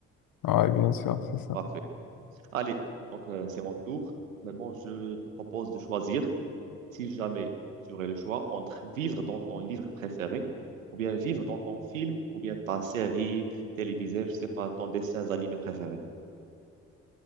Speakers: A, on the left; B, on the right.
A: Ouais, bien sûr, c'est ça.
B: Parfait. Allez, donc euh, c'est mon tour. Maintenant, je te propose de choisir, si jamais tu aurais le choix, entre vivre dans ton livre préféré, ou bien vivre dans ton film, ou bien ta série télévisée, je sais pas, ton dessin animé préféré.